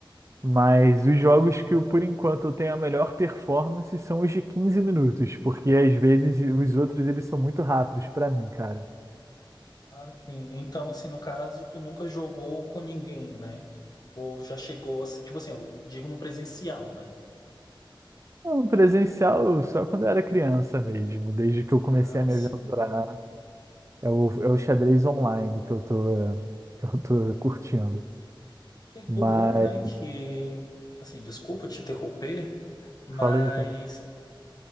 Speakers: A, on the right; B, on the left.
A: Mas os jogos que eu, por enquanto eu tenho a melhor performance são os de 15 minutos, porque às vezes os outros eles são muito rápidos pra mim, cara.
B: Assim, então, assim, no caso, tu nunca jogou com ninguém, né? Ou já chegou, assim, tipo assim, eu digo no presencial, né?
A: Não, presencial só quando eu era criança mesmo, desde que eu comecei
B: Ah,
A: a me
B: sim.
A: aventurar. É o, é o xadrez online que eu tô, que eu tô curtindo.
B: Sim,
A: Mas
B: o bom, né, que, assim, desculpa te interromper, mas
A: fala aí, fala aí.